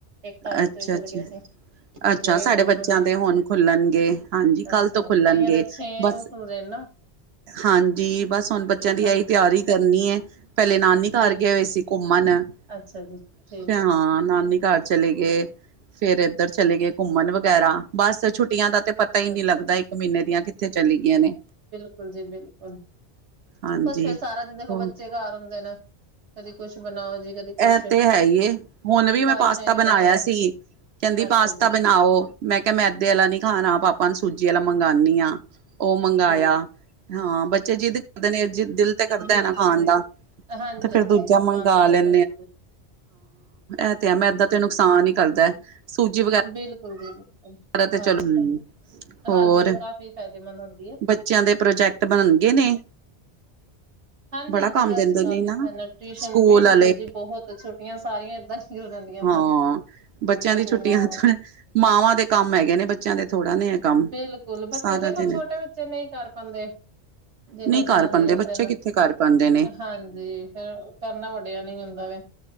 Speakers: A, on the right; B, on the right.
A: ਇੱਕ ਤਾਰੀਖ
B: ਅੱਛਾ-ਅੱਛਾ
A: ਤੋਂ ਹੀ ਖੁੱਲ ਗਏ ਸੀ। ਪਰ
B: ਅੱਛਾ ਅੱਛਾ,
A: ਗਏ
B: ਸਾਡੇ
A: ਦੋ
B: ਬੱਚਿਆਂ
A: ਨੂੰ ਨੇ।
B: ਦੇ ਹੁਣ ਖੁੱਲਣਗੇ ਹਾਂਜੀ ਕੱਲ
A: ਅੱਛਾ
B: ਤੋਂ ਖੁੱਲਣਗੇ
A: ਜੀ। ਕਈਆਂ ਦੇ ਛੇ
B: ਬਸ
A: ਨੂੰ ਖੁੱਲਦੇ ਨੇ ਨਾ।
B: ਹਾਂਜੀ ਬਸ ਹੁਣ ਬੱਚਿਆਂ ਦੀ
A: ਹਾਂਜੀ
B: ਆਹੀ ਤਿਆਰੀ ਕਰਨੀ ਹੈ। ਪਹਿਲੇ ਨਾਨੀ ਘਰ
A: ਬਿਲਕੁਲ
B: ਗਏ ਹੋਏ ਸੀ ਘੁੰਮਣ। ਅਛ!
A: ਅੱਛਾ ਜੀ ਠੀਕ
B: ਹਾਂ,
A: ਹੈ
B: ਨਾਨੀ ਘਰ। ਚਲੇ ਗੇ। ਫੇਰ ਇੱਧਰ ਚਲੇ ਗੇ ਕੁੱਮਣ ਵਗੈਰਾ ਬਸ ਛੁੱਟੀਆਂ ਦਾ ਤੇ। ਪਤਾ ਈ ਨੀ
A: ਅੱਛਾ
B: ਲੱਗਦਾ ਇੱਕ ਮਹੀਨੇ ਦੀਆਂ ਕਿੱਥੇ ਚਲੀ ਗਈਆਂ ਨੇ।
A: ਹਾਂ ਜੀ। ਬਿਲਕੁਲ
B: ਹਾਂਜੀ
A: ਬਸ ਫੇਰ ਸਾਰਾ ਦਿਨ ਦੇਖੋ
B: ਇਹ
A: ਬੱਚੇ। ਘਰ ਹੁੰਦੇ ਨੇ। ਕਦੀ ਕੁੱਛ ਬਣਾਓ ਜੀ। ਕਦੀ ਕੁਛ
B: ਏ ਤੇ ਹੈ ਈਏ। ਹੁਣ
A: ਖਵਾਹਿਸ਼ਾਂ
B: ਵੀ ਮੈਂ ਪਾਸਤਾ
A: ਹੀ ਨੀ
B: ਬਣਾਇਆ
A: ਬੱਚਿਆਂ ਦੀ
B: ਸੀ। ਕਹੰਦੀ
A: ਅੱਛਾ
B: ਪਾਸਤਾ
A: ਜੀ
B: ਬਣਾਓ। ਮੈਂ ਕਿਆ ਮੈਦੇ ਅੱਲਾ ਨੀ ਖਾਣਾ। ਪਾਪਾ ਨੂੰ ਸੂਜੀ ਵਾਲਾ ਮੰਗਾਣੀ ਆ। ਓ ਮੰਗਾਆ।
A: ਠੀਕ
B: ਹਾਂ ਬੱਚੇ ਜਿਦ ਕਰਦੇ ਨੇ ਜਿੰਦ ਦਿਲ ਤੇ ਕਰਦਾ
A: ਬਿਲਕੁਲ
B: ਹੈ। ਨਾ ਖਾਣ
A: ਜੀ
B: ਦਾ
A: ਹਾਂਜੀ
B: ਤੇ ਫੇਿਰ
A: ਹਾਂਜੀ
B: ਦੂਜਾ ਮੰਗ
A: ਮਨ ਤੇ ਕਰਵਾਈ
B: ਲੈਣਾ। ਹਾਂ ਏ ਤੇ ਹੈ ਮੈਂਦਾਂ ਤੇ ਨੁਕਸਾਨ ਈ ਕਰਦਾ। ਸੂਜੀ ਵਗੈਰਾ।
A: ਬਿਲਕੁਲ ਜੀ ਬਿਲਕੁਲ।
B: ਸਾਰ ਤੇ
A: ਹਾਂਜੀ
B: ਚਲੋ ਹੋਰ।
A: ਹਾਂਜੀ ਉਹ ਕਾਫ਼ੀ ਫਾਇਦੇਮੰਦ ਹੁੰਦੀ
B: ਬੱਚਿਆਂ ਦੇ ਪ੍ਰੋਜੈਕਟ। ਬਣਨਗੇ ਨੇ।
A: ਹਾਂਜੀ-ਹਾਂਜੀ
B: ਬੜਾ ਕੰਮ
A: ਬਸ
B: ਦਿੰਦੇ
A: ਕਰ
B: ਨੇ
A: ਲਿਤਾ
B: ਨਾ
A: ਏਨਾ ਟੀਉਸ਼ਨ
B: ਸਕੂਲ
A: ਬਿਲਕੁਲ
B: ਆਲੇ
A: ਜੀ। ਬਹੁਤ ਛੁੱਟੀਆਂ ਸਾਰੀਆਂ ਇਦਾਂ ਮਿਲ ਜਾਂਦੀਆਂ।
B: ਹਾਂ ਬੱਚਿਆਂ
A: ਕੁ
B: ਦੀ
A: ਚ
B: ਛੁੱਟੀਆਂ
A: ਬਨਾਂ
B: ਮਾਵਾਂ ਦੇ ਕੰਮ ਹੈਗੇ ਨੇ। ਬੱਚਿਆਂ ਦੇ ਥੋੜਾ ਨੇ ਏ ਕੰਮ
A: ਬਿਲਕੁਲ ਬੱਚੇ
B: ਸਾਰਾ
A: ਦੇਖੋ
B: ਦੀਨ।
A: ਛੋਟੇ ਬੱਚੇ ਨਈ ਕਰ ਪਾਂਦੇ। ਜਿੰਨਾ
B: ਨਹੀਂ
A: -
B: ਕਰ
A: ਜਿੰਨਾ ਦੇ
B: ਪਾਉਂਦੇ
A: ਦਿੰਦੇ
B: ਬੱਚੇ
A: ਨੇ
B: ਕਿੱਥੇ ਕਰ ਪਾਉਂਦੇ
A: ਹਾਂਜੀ ਫੇਰ ਕਰਨਾ ਵਡਿਆ ਨੇ ਹੁੰਦਾ ਏ।